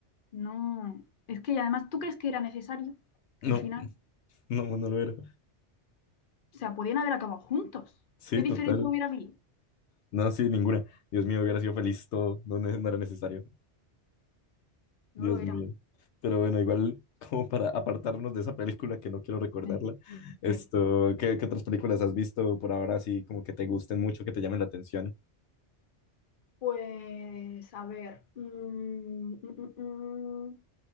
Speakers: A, on the left (about 50°); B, on the left (about 75°).
A: No. Es que y además, ¿tú crees que era necesario
B: No,
A: el final?
B: No, no lo era.
A: O sea, podían haber acabado juntos.
B: Sí,
A: ¿Qué
B: total.
A: diferencia hubiera habido?
B: No, sí, ninguna. Dios mío, hubiera sido feliz todo. No, ne- no era necesario. Dios
A: No lo era.
B: mío. Pero bueno, igual, <laughs> como para apartarnos de esa película que no quiero recordarla,
A: Sí,
B: esto,
A: sí.
B: ¿qué, qué otras películas has visto por ahora así como que te gusten mucho, que te llamen la atención?
A: Pues, a ver. mm, mm, mm, mm.